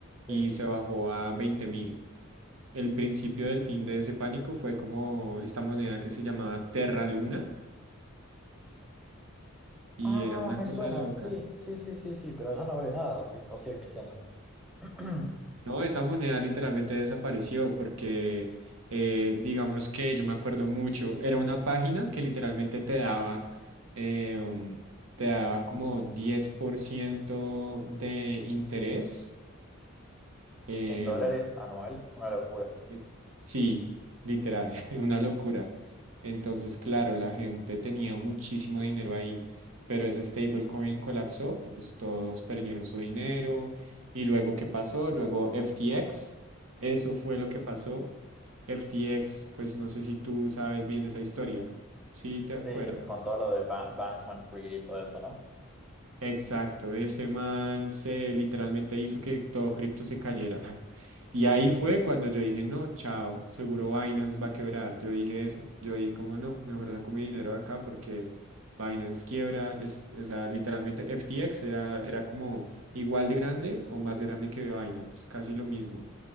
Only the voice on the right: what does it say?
y se bajó a 20 mil. El principio del fin de ese pánico fue como esta moneda que se llamaba Terra Luna y
era una
cosa
loca.
No, esa moneda literalmente desapareció porque, eh, digamos que yo me acuerdo mucho, era una página que literalmente te daba, eh, um, te daba como 10% de interés. eh,
eh, Sí, literal, <laughs> una locura. Entonces, claro, la gente tenía muchísimo dinero ahí, pero esa stablecoin colapsó y pues todos perdieron su dinero. Y luego, ¿qué pasó? Luego FTX, eso fue lo que pasó. FTX, pues no sé si tú sabes bien esa historia, si te acuerdas.
Exacto, ese man se literalmente hizo que todo cripto se cayera. <laughs> Y
ahí fue cuando yo dije, no, chao, seguro Binance va a quebrar. Yo dije eso. Yo dije, como no, mejor saco mi dinero acá porque Binance quiebra. Es, o sea, literalmente FTX era, era como igual de grande o más grande que Binance, casi lo mismo,